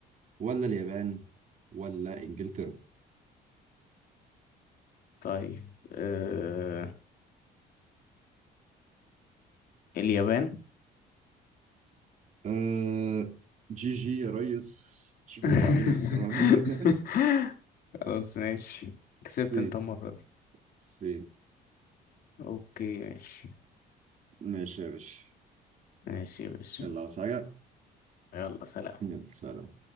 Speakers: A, on the right; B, on the left.
A: ولا اليابان ولا انجلترا
B: طيب آه اليابان
A: آه جي جي يا ريس اشوفك
B: <laughs>
A: بعدين يا خسران <laughs>
B: خلاص ماشي كسبت
A: الصين
B: انت المرة دي
A: الصين
B: اوكي ماشي
A: ماشي يا باشا
B: ماشي يا باشا
A: يلا عاوز حاجة
B: يلا سلام
A: يلا سلام